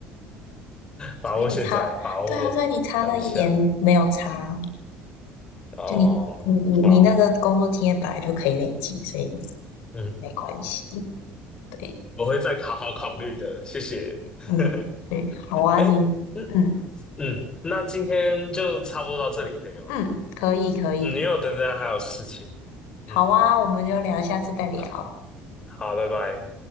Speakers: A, on the left; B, on the left.
A: 把握现在，
B: 所以你差，
A: 把握当下。
B: 对啊，所以你差那一年没有差，
A: 哦，
B: 就你你你你那个工作经验本来就可以累积，
A: 好，
B: 所以
A: 嗯，
B: 没关系。对，
A: 我会再好好考虑的，谢谢。<laughs>
B: 嗯，对，好啊，
A: 哎。
B: 你，
A: 那
B: 嗯
A: 嗯，那今天就差不多到这里，可以吗？
B: 嗯，可以可以，
A: 嗯，因为我等等还有事情。嗯，
B: 好啊，我们就聊，下次再聊。
A: 我靠。好，拜拜。